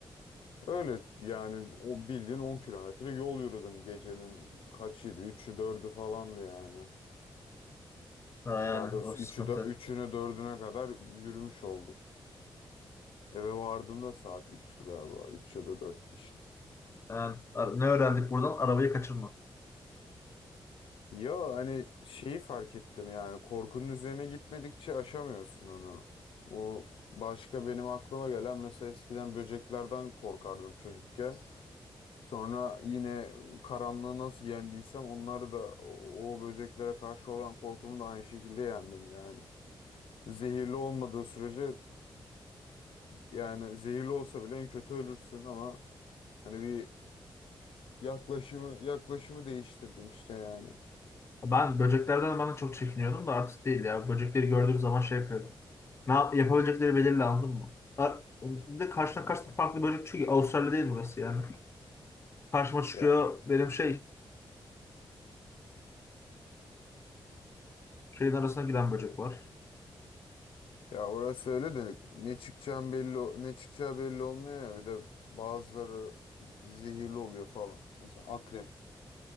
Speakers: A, on the left (about 85°); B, on the left (about 30°).
A: Öyle yani o bildiğin 10 kilometre yol yürüdüm gecenin kaçıydı? 3'ü 4'ü falandı yani.
B: Ha, yani
A: Daha doğrusu
B: o sıkıntı.
A: 3'ü dördüne kadar yürümüş oldum. Eve vardığımda saat 3'tü galiba. üç ya da 4'tü işte.
B: Yani ara- ne öğrendik buradan arabayı kaçırma.
A: Ya hani şeyi fark ettim yani korkunun üzerine gitmedikçe aşamıyorsun onu. Bu başka benim aklıma gelen mesela eskiden böceklerden korkardım çocukken. Sonra yine karanlığı nasıl yendiysem onları da o, o böceklere karşı olan korkumu da aynı şekilde yendim yani. Zehirli olmadığı sürece yani zehirli olsa bile en kötü ölürsün ama hani bir yaklaşımı yaklaşımı değiştirdim işte yani.
B: Ben böceklerden ben de çok çekiniyordum da artık değil ya. Böcekleri gördüğüm zaman şey yapıyorum. Ne yap yapabilecekleri belirli anladın mı? Ha, Bir de karşına karşına farklı böcek çünkü Avustralya değil burası yani. Karşıma çıkıyor
A: Ya
B: benim şey şeyin arasına giren böcek var.
A: ya orası öyle de ne çıkacağım belli o- ne çıkacağı belli olmuyor ya bir de bazıları zehirli oluyor falan. Mesela akrep.